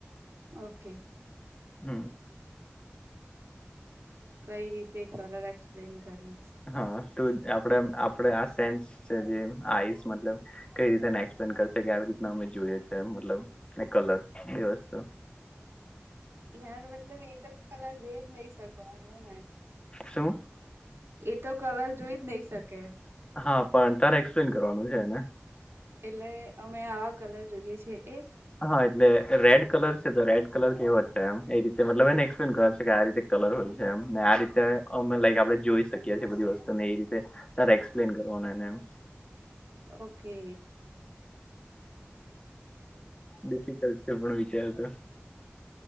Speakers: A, on the right; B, on the left.
A: ઓકે
B: હમ
A: કઈ રીતે કલર એક્સપ્લેન કરવી છે
B: હા તું આપ આપડે આ સેન્સ જે આઈસ મતલબ કઈ રીતેને એક્સપ્લેન કરશે કે આવી રીતના અમે જોઈએ છીએ મતલબ એક કલર બે વસ્તુ
A: યાર મતલબ એ તો કલર જોઈ જ નહી શકો એમ એને.
B: શું
A: એ તો કલર જોઈ જ નહી શકે.
B: હા પણ તારે એક્સપ્લેન કરવાનું છે એને.
A: એટલે અમે આવા કલર જોઈએ છીએ એ.
B: હા એટલે રેડ કલર છે તો રેડ કલર કેવો છે એમ એ રીતે મતલબ એને એક્સપ્લેન કરવાનું છે કે આ રીતે. કલર હોય છે એમ ને આ રીતે અમે લાઈક આપણે જોઈ શકીએ છીએ બધી વસ્તુ ને એ રીતે. તારે એક્સપ્લેન કરવાનું એને એમ.
A: ઓકે.
B: ડિફિકલ્ટ છે પણ વિચારુ તો.